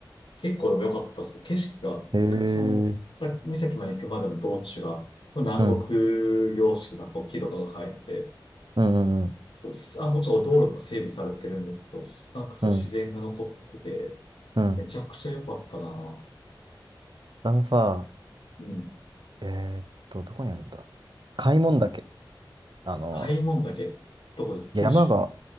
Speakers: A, on the left (about 80°); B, on the right (about 70°).
A: 結構でも良かったっす。景色が、
B: ん。へ
A: 行くその、
B: え。
A: 滝岬まで行くまでの道中が、南国様式なこう木とかが生えてて、
B: うん。うんうんうん。
A: そうす、あ、もちろん道路とか整備されてるんですけど、すなんかそう自然が残ってて、
B: うん。うん。
A: めちゃくちゃ良かったな。
B: あのさ、
A: うん。
B: えーっと、どこにあるんだ開聞岳。あの、
A: 開門岳、どこですか九州
B: 山が、